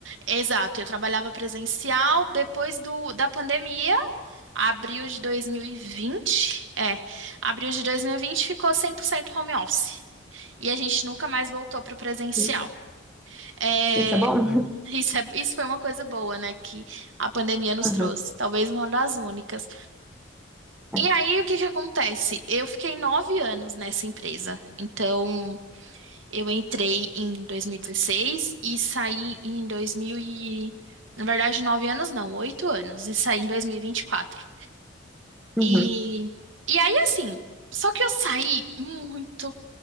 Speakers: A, on the right; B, in the centre.
A: exato, eu trabalhava presencial depois do da pandemia, abril de 2020, é, abril de 2020 ficou 100% home office. E a gente nunca mais voltou para o presencial.
B: Uhum.
A: É,
B: Isso é bom? <laughs>
A: Isso, é, isso foi uma coisa boa, né, que a pandemia nos
B: Aham,
A: trouxe, talvez uma das únicas.
B: é.
A: E aí, o que que acontece? Eu fiquei nove anos nessa empresa, então eu entrei em dois mil e dezesseis e saí em 2000 e... Na verdade, nove anos não, oito anos, e saí em dois mil e e vinte e quatro
B: Uhum,
A: E, e aí, assim, só que eu saí muito